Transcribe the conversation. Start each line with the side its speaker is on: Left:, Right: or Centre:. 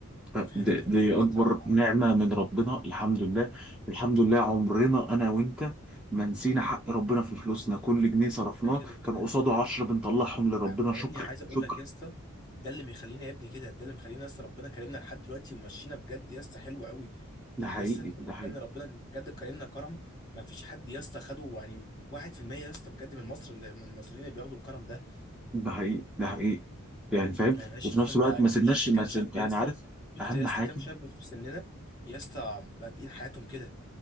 Centre: ده-
Left: فاهم فهو
Centre: دي
Left: لسه
Centre: أكبر نعمة من ربنا الحمد لله الحمد لله عمرنا أنا وأنت ما نسينا حق ربنا في فلوسنا كل جنيه صرفناه
Left: ده كده كده
Centre: كان قصاده عشرة بنطلعهم لربنا
Left: أما
Centre: شكر
Left: يا ابني عايز اقول
Centre: شكر
Left: لك يا اسطى ده اللي مخلينا يا ابني كده ده اللي مخلينا لسه ربنا كرمنا لحد دلوقتي ومشينا بجد يا اسطى حلو قوي
Centre: ده حقيقي
Left: يس انت
Centre: ده
Left: بتكلم
Centre: حقيقي
Left: ربنا بجد كرمنا كرم ما فيش حد يس خده يعني 1% يس بجد من مصر اللي- من المصريين اللي بياخدوا الكرم ده
Centre: ده حقيقي ده حقيقي يعني فاهم
Left: يعني معلش
Centre: وفي
Left: يس
Centre: نفس
Left: انت
Centre: الوقت
Left: انت
Centre: ما سيبناش
Left: شفت
Centre: ما
Left: كام
Centre: سيب
Left: شاب
Centre: يعني
Left: يس
Centre: عارف
Left: شفت
Centre: أهم
Left: يس
Centre: حاجة
Left: كام شاب في سننا يس بادئين حياتهم كده